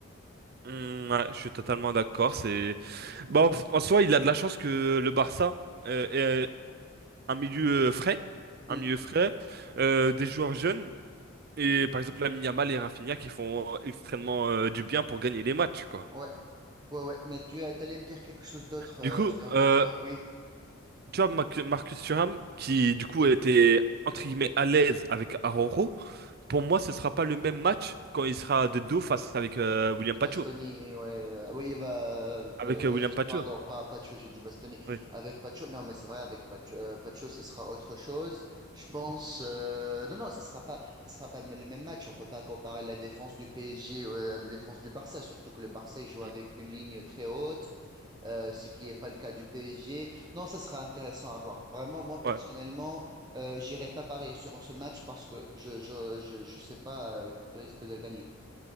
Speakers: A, on the right; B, on the right.
A: Hum, ouais, je suis totalement d'accord. C'est bah, en en soi, il a de la chance que le Barça euh, ait un milieu euh, frais, un
B: Mm,
A: milieu frais, euh, des joueurs jeunes et par exemple Lamine Yamal et Rafinha qui font euh, extrêmement euh, du bien pour gagner les matchs, quoi.
B: ouais, ouais, ouais, mais tu euh, t'allais me dire quelque chose d'autre, euh,
A: Du coup,
B: j'étais en retard
A: euh,
B: pour- Oui.
A: tu vois Mac- Marcus Thuram qui du coup était entre guillemets à l'aise avec Araujo. Pour moi, ce sera pas le même match quand il sera de dos face avec euh, William
B: Bastoni,
A: Pacho.
B: ouais. euh, Oui, bah,
A: Avec
B: euh,
A: euh, William Pacho.
B: pardon, pas Pacho, j'ai dit Bastoni.
A: Oui.
B: Avec Pacho, non, mais c'est vrai, avec Pacho, euh, Pacho, ce sera autre chose. Je pense, euh, non, non, ce sera pas, ce sera pas le même match. On peut pas comparer la défense du PSG à la défense du Barça, surtout que le Barça, il joue
A: Mm.
B: avec une ligne très haute, euh, ce qui n'est pas le cas du PSG. Non, ça sera intéressant à voir. Vraiment, moi, personnellement,
A: Ouais.
B: euh, j'irai pas parier sur ce match parce que je, je, je, je sais pas euh, qui risque de gagner.